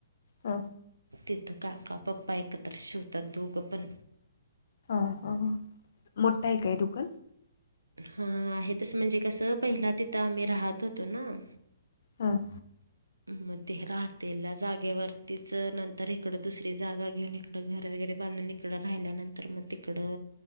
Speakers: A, on the left (about 60°); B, on the right (about 80°).
A: हा.
B: तिथं काका पप्पा एकत्र शिवतात दोघं पण.
A: हा हा मोठं हायं काय दुकान
B: हां आहे तसं म्हणजे कसं पहिला तिथं आम्हीं राहतं होतो नां.
A: हां.
B: मं ते राहतेल जागेवरतीच नंतर इकडं दुसरी जागां घेऊन कडं घरं वगैरें बांधून हिकडं राहिल्यानंतर मं तिकडं